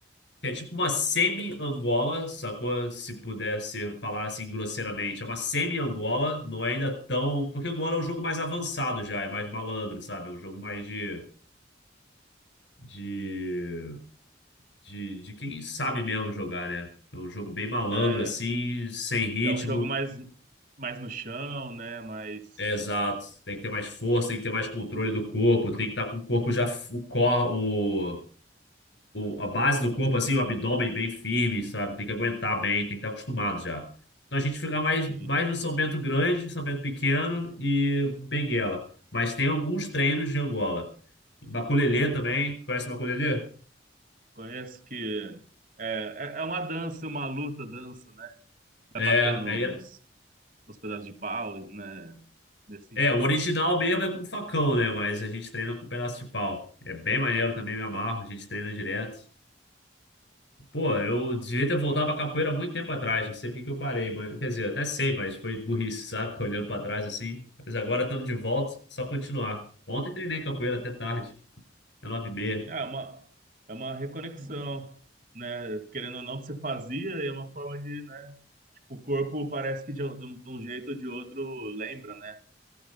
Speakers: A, on the left; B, on the right.
A: É tipo uma semi-Angola, sacou? Se pudesse falar assim grosseiramente. É uma semi-Angola, não é ainda tão. Porque Angola é um jogo mais avançado já, é mais malandro, sabe? É um jogo mais de. De. De, de quem sabe mesmo jogar, né? É um jogo bem malandro,
B: É,
A: assim, sem ritmo.
B: é um jogo mais, mais no chão, né? Mais,
A: Exato. Tem que ter mais força, tem que ter mais controle do corpo, tem que estar com o corpo já. O, cor, o, o- a base do corpo, assim, o abdômen bem firme, sabe? Tem que aguentar bem, tem que estar acostumado já. Então a gente fica mais,
B: sim,
A: mais no São Bento Grande, São Bento Pequeno e Benguela. Mas tem alguns treinos de Angola. Maculelê também, conhece Maculelê?
B: conheço que é, é, é uma dança, uma luta, dança, né? Vai
A: É,
B: batendo
A: aí era-
B: os, os pedaços de pau, né? Nesse sentido.
A: é, o original mesmo é com facão, né? Mas a gente treina com pedaço de pau. É bem maneiro também, me amarro, a gente treina direto. Pô, eu devia ter voltado pra capoeira há muito tempo atrás, não sei por que que eu parei, mas, quer dizer, até sei, mas foi burrice, sabe? <laughs> Olhando pra trás assim. Mas agora estando de volta, só continuar. Ontem treinei capoeira até tarde, é nove e meia.
B: Sim, ah, é uma, é uma reconexão, né? Querendo ou não, que você fazia, e é uma forma de, né? O corpo parece que de, um- de um jeito ou de outro lembra, né?